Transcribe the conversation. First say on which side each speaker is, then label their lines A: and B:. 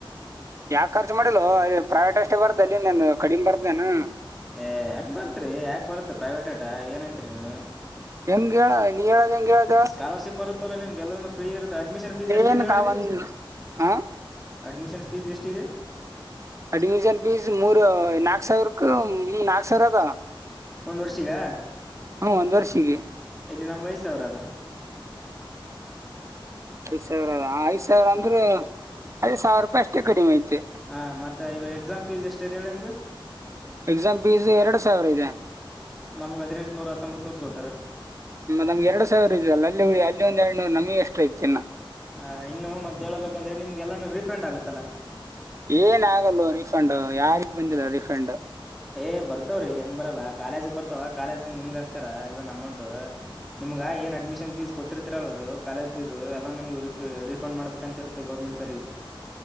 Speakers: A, on the right; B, in the centre.
A: ಯಾಕ ಖರ್ಚು ಮಾಡಿಲ್ಲೋ ಅ ಪ್ರೈವೇಟ್ ಅಷ್ಟೇ ಬರುತ ಅಲ್ಲಿ ನನ್ ಕಡಿಮೆ ಬರ್ದೇನೇನು..
B: ಏ ಹೆಂಗ್ ಬರ್ತ್ರಿ ಯಾಕ ಬರತ್ ಪ್ರೈವೇಟ್ ಆಟ ಏನ್ತ್ರಿ ನೀವು..
A: ಹೆಂಗ್ ಹೇಳ. ನೀ ಹೇಳದ ಹೆಂಗ ಹೇಳದ
B: ಸ್ಕಾಲರ್ಶಿಪ್ ಬರುತ್ತಲ್ಲ ನಿಮ್ಗೆಲ್ಲೂಎಲ್ಲಾನೂ ಫ್ರೀ ಇರುತ್ತೆ ಅಡ್ಮಿಷನ್ ಫೀಸ್ ಎಷ್ಟಿದೆ
A: ಏನ್
B: ಹೇಳಲ್ಲಿ
A: ಕಾ
B: ಅಲ್ಲಿ
A: ಒಂದ್ ಹ
B: ಅಡ್ಮಿಷನ್ ಫೀಸ್ ಎಷ್ಟ ಇದೆ.
A: ಅಡ್ಮಿಷನ್ ಫೀಸ್ ಮೂರ್ ನಾಲ್ಕೂ ಸಾವಿರಕ ನಾಕ್ ಸಾವಿರ ಅದ.
B: ಒಂದು ವರ್ಷ ಕ್ಕೆ
A: ಹ್ಮ ಒಂದ್ ವರ್ಷಿಗೆ.
B: ಇಲ್ಲಿ ನಮ್ಗೆ ಐದು ಸಾವಿರ ಅದ.
A: ಐದ್ ಸಾವಿರ ಅದ ಐದ ಸಾವಿರ ಅಂದ್ರೆ ಅದದು ಸಾವಿರ ರೂಪಾಯಿ ಅಷ್ಟೇ ಕಡಿಮೆ ಐತೆ.
B: ಹಾ ಮತ್ತೆ ಈವ ಎಕ್ಸಾಮ್ ಫೀಸ್ ಎಷ್ಟ ಇದೆ ಹೇಳಿ ನಿಮ್ಗ.
A: ಎಕ್ಸಾಮ್ ಫೀಸ್ ಎರಡು ಸಾವಿರ ಇದೆ.
B: ನಮ್ಗ್ ಹದಿನೆಂಟುನೂರ ಹತ್ತೊಂಬತ್ ನೂರ್ ತಗೋತಾರ.
A: ನಮ್ಗೆರಡ್ ಸಾವಿರ ಇದದೆಲ್ಲ ಅಲ್ಲಿ ಅಲ್ಲಿಂದ ಎರಡು ನೂರು ನಮಗೆ ಎಷ್ಟ್ರ ಐತಿ ಇನ್ನ.
B: ಹ ಇನ್ನು ಮತ್ತ ಹೇಳ್ಬೇಕಂದ್ರೆ ನಿಮ್ಗೆ ಎಲ್ಲಾನ ರಿಫಂಡ್ ಆಗತ್ತಲ್ಲಾ.
A: ಏನ ಆಗಲ ರಿ ಫಂಡ್ ಯಾರಿಗ್ ಬಂದಿಲ್ಲ ರರಿಫಂಡ್
B: ಹೇ ಬರ್ತವ್ರಿ ಹೆಂಗ್ ಬರಲ್ಲ ಕಾಲೇಜಗ್ ಬರ್ತವ ಕಾಲೇಜ್ ನಿಮ್ಗ ಆಗ್ತಾರ ಎಲ್ಲ ಅಮೌಂಟು ನಿಮ್ಗ ಏನ್ ಅಡ್ಮಿಶನ್ ಫೀಜ್ ಕೊಟ್ಟರ್ತಿರಲ್ಲ ಅದು ಕಾಲೇಜ್ ಫೀಜ್ ಎಲ್ಲ ನಿಮ್ ರಿಫ್ ರಿಫಂಡ್ ಮಾಡ್ಬೇಕ ಅಂತ್ ಇರು ಗೌರ್ಮೆಂಟ್ ದರಿಗೆ